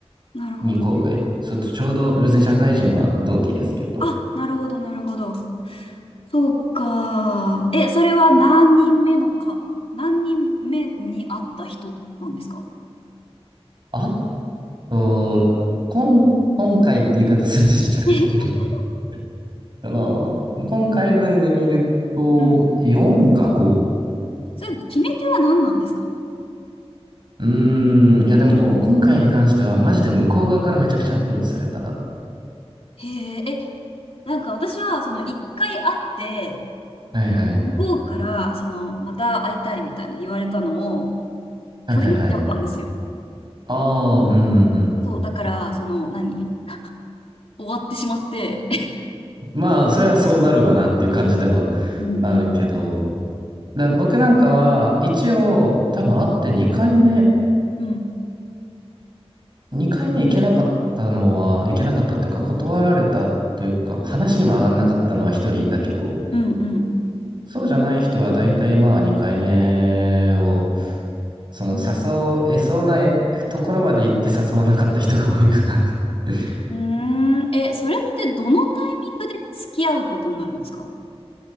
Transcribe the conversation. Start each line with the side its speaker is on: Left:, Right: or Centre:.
Left: なるほどね。
Right: 2個上。そ、ちょうど、別に社会人は同期ですけど。
Left: あ、なるほど、なるほど。そうか。え、それは何人目のか、何人目に会った人なんですか
Right: あと、今、今回って言い方するとちょっとあれだけど、
Left: <laughs>
Right: <laughs> その、今回分で見ると、
Left: うん。
Right: 4か 5?
Left: それ、決め手は何なんですか
Right: うーん、いやでも、今回に関しては、マジで向こう側からめちゃくちゃアプローチされた。
Left: へえ、え、なんか私は、その、一回会って、
Right: はいはい。
Left: 向こうから、その、また会いたいみたいな言われたのを
Right: はいはいはい。
Left: 拒否しちゃったんですよ。
Right: ああ、うんうんうん。
Left: そう、だから、その、何終わってしまって。<laughs>
Right: まあ、それはそうなるわなっていう感じでは
Left: うんうん。
Right: あるけど、だ僕なんかは、一応、多分会って2回目、
Left: うん、
Right: 2回目行けなかったのは、行けなかったっていうか、断られたというか、話にも上がんなかったのは1人いたけど、
Left: うん、うん。
Right: そうじゃない人は大体まあ2回目を、その誘えそうな
Left: うん
Right: ところまで行って誘わなかった人が多いかな。<laughs>
Left: うーん。え、それってどのタイミングで付き合うことになるんですか